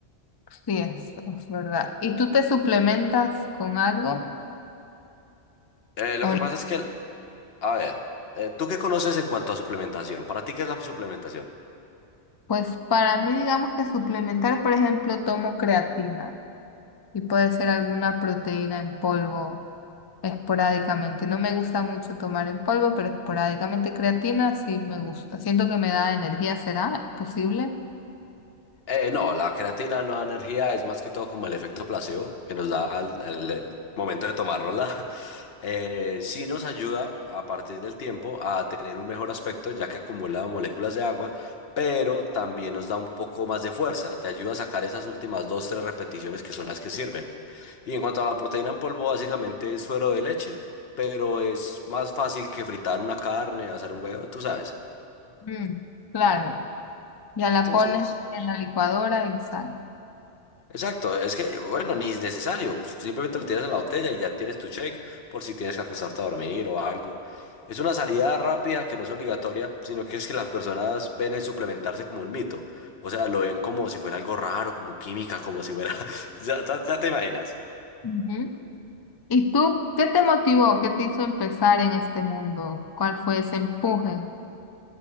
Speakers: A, on the left (about 40°); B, on the left (about 60°).
A: sí, es, es verdad. ¿Y tú te suplementas con algo
B: Eh, lo
A: o
B: que pasa es que, el- a ver, eh, ¿tú qué conoces en cuanto a suplementación? ¿Para ti qué es la suplementación?
A: Pues para mí, digamos que suplementar, por ejemplo, tomo creatina y puede ser alguna proteína en polvo esporádicamente. No me gusta mucho tomar en polvo, pero esporádicamente creatina sí me gusta. Siento que me da energía, ¿será ¿Es posible?
B: Eh, no, la creatina no da energía, es más que todo como el efecto placebo que nos da al, al- el momento de tomárnosla. <laughs> Eh, sí nos ayuda a partir del tiempo a tener un mejor aspecto ya que acumula moléculas de agua, pero también nos da un poco más de fuerza, te ayuda a sacar esas últimas dos, tres repeticiones que son las que sirven. Y en cuanto a la proteína en polvo, básicamente es suero de leche, pero es más fácil que fritar una carne, hacer un huevo, tú sabes.
A: Mm, claro, ya la
B: Entonces...
A: pones en la licuadora y sal.
B: Exacto, es que, bueno, ni es necesario, pues, simplemente lo tiras en la botella y ya tienes tu check por si tienes que acostarte a dormir o algo. Es una salida rápida que no es obligatoria, sino que es que las personas ven el suplementarse como un mito. O sea, lo ven como si fuera algo raro, como química, como si fuera... <laughs> Ya, ya- ya te imaginas.
A: Ujú. ¿Y tú qué te motivó? ¿Qué te hizo empezar en este mundo? ¿Cuál fue ese empuje?